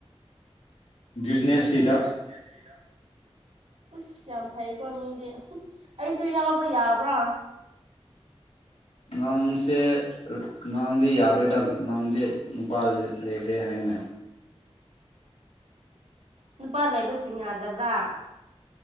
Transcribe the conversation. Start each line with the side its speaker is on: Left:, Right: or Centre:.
Left: ꯕꯤꯖꯤꯅꯦꯁꯀꯤꯗ
Right: ꯌꯌꯨꯁꯅꯦꯁꯁꯤꯗ ꯏꯁꯁ ꯌꯥꯝ ꯐꯩꯀꯣ ꯃꯤꯗꯤ ꯑꯩꯁꯨ ꯌꯥꯎꯕ ꯌꯥꯕ꯭ꯔꯥ
Left: ꯅꯣꯡꯁꯦ ꯅꯪꯗꯤ ꯌꯥꯔꯣꯏꯗ ꯅꯪꯗꯤ ꯅꯨꯄꯥ ꯂꯩꯈ꯭ꯔꯦ ꯍꯥꯏꯅꯦ
Right: ꯅꯨꯄꯥ ꯂꯩꯕꯁꯤꯡ ꯌꯥꯗꯕ꯭ꯔꯥ